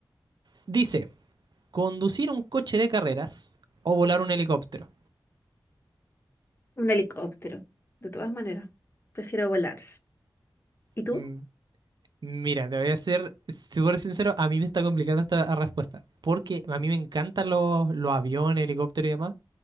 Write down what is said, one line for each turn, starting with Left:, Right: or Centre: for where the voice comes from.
Right: Dice, conducir un coche de carreras o volar un helicóptero.
Left: Un helicóptero, de todas maneras. Prefiero volar. ¿Y tú?
Right: Mm, mira, te voy a ser súper sincero, a mí me está complicando esta respuesta, porque a mí me encantan los, los aviones, helicópteros y demás,